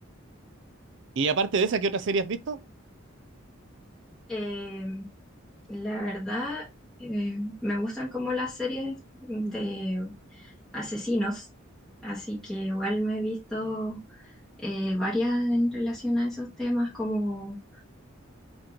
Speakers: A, on the right; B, in the centre.
A: Y aparte de esa, ¿qué otra serie has visto?
B: Eh, La verdad, eh, me gustan como las series de asesinos, así que igual me he visto eh, varias en relación a esos temas, como,